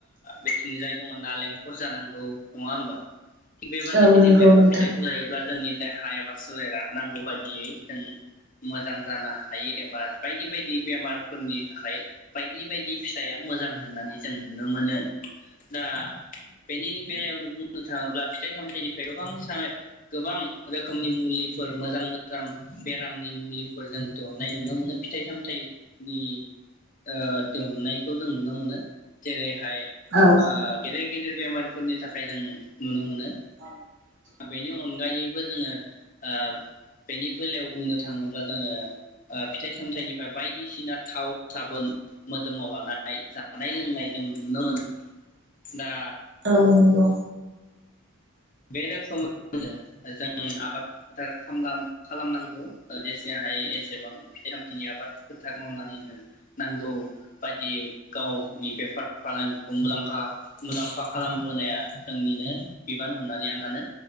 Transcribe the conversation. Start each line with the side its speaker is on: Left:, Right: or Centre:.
Left: बेथिंजाय दं नालेंखर जानांगौ नङा होमबा थिग बेबायाददिनो
Right: औ नंगौ
Left: बेफोर
Right: नोंथां
Left: फिथाइखौ लायोब्ला जोंनि देहा एबा सोलेरा नांगौ बायदियै जों मोजां जानो हायो एबा बायदि बायदि बेमारफोरनि थाखाय बायदि बायदि फिथाइया मोजां होननानै जों नुनो मोनो दा बेनि बेलायावनो बुंनो थाङोब्ला फि फिथाइ सामथाय गोबां साइ गोबां रोखोमनि मुलिफोर मोजां मोजां बेरामनि मुलिफोर जों दरननाय नुनो मोनो फिथाइ सामथाइ नि ओ दिहुनायखौ जों नुनो मोनो जेरैहाय
Right: औ
Left: आ गेदेर गेदेर बेमारि फोरनि थाखाय जों नुनो मोनो
Right: <inaudible>
Left: बेनि अनगायै बो जोङो ओ बेनि बेलायाव बुंनो थाङोब्ला जोङो ओ फिथाइ सामथायनिफ्राय बायदिसिना थाव साबोन मोदोमाव लानाय जानाय लोंनाय जों नुनो मोनो दा
Right: औ नंगौ
Left: बे रोखोमैनो जों आबाद फोथार खामला खालामनांगौ जेसे हायो एसेबां फिथाइ सामथाइनि आबाद फोथार मावनानै जों नांगौ बायदि गावनि बेफार फालांगिखौ मुलामखा मुलाम्फा खालामबोनाया जोंनिनो बिबान होननानै आं आनो